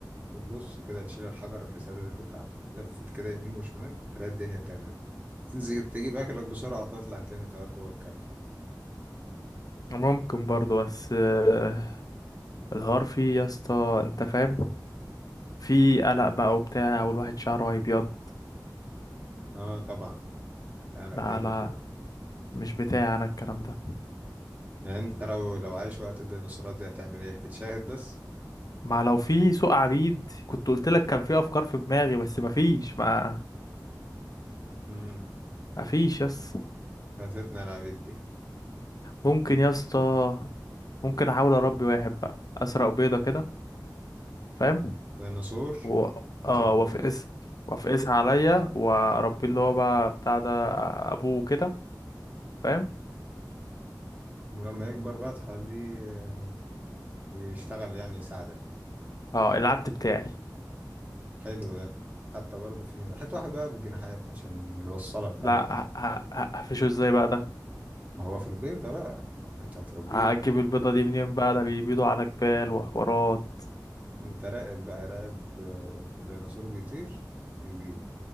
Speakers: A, on the right; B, on the left.
A: وتبص كده تشيل الحجر اللي سادد بتاعه لفت كده يمين وشمال تلاقي الدنيا تمام تنزل تجيب اكلك بسرعة وتطلع تاني تقعد جوه الكهف
B: ممكن برضو بس آه، الحوار فيه يا اسطى انت فاهم في قلق بقى وبتاع والواحد شعره هيبيض
A: اه طبعا هتعرق
B: لا
A: جامد
B: لا
A: كده
B: مش بتاعي انا الكلام ده
A: يعني انت لو لو عايش وقت الديناصورات دي هتعمل ايه هتتشاهد بس
B: ما لو في سوق عبيد كنت قلت لك كان في افكار في دماغي بس ما فيش ما
A: امم
B: ما فيش يس
A: فاتتنا العبيد دي
B: ممكن يا اسطى ممكن احاول اربي واحد بقى اسرق بيضه كده فاهم
A: ديناصور
B: و...
A: وتربيه
B: اه وافقس وافقسها عليا واربيه اللي هو بقى بتاع ده ابوه كده فاهم
A: ولما يكبر بقى تخليه آه، يشتغل يعني يساعدك
B: اه العبد بتاعي
A: حلو ده حتى برضه في حتى واحد بقى بالجناحات عشان يوصلك
B: لا
A: حاجة بس
B: ه- ه- ه- هقفشه ازاي بقى ده
A: ما هو في البيت ده بقى ما هو انت هتربيه
B: هجيب البيضه دي منين بقى ده بيبيضوا على جبال وحوارات
A: انت راقب بقى راقب آه، ديناصور بيطير بيبيض